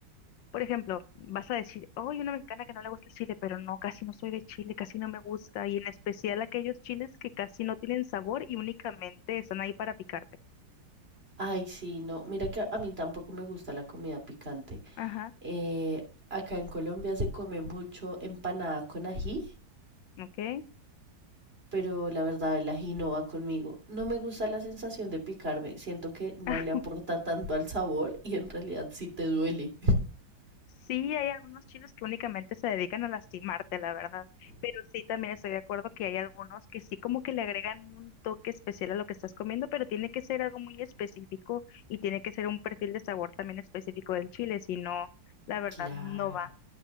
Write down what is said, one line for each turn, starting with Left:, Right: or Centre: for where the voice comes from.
Left: por ejemplo, vas a decir, oh, hay una mexicana que no le gusta el chile, pero no, casi no soy de chile, casi no me gusta, y en especial aquellos chiles que casi no tienen sabor y únicamente están ahí para picarte.
Right: Ay, sí, no, mira que a mí tampoco me gusta la comida picante.
Left: Ajá,
Right: Eh, acá en Colombia se come mucho empanada con ají.
Left: ok.
Right: pero la verdad el ají no va conmigo. No me gusta la sensación de picarme, siento que no
Left: <laughs>
Right: le aporta tanto al sabor y en realidad sí te duele.
Left: Sí, hay algunos chiles que únicamente se dedican a lastimarte, la verdad, pero sí también estoy de acuerdo que hay algunos que sí como que le agregan un toque especial a lo que estás comiendo, pero tiene que ser algo muy específico y tiene que ser un perfil de sabor también específico del chile, si no, la verdad,
Right: Claro.
Left: no va.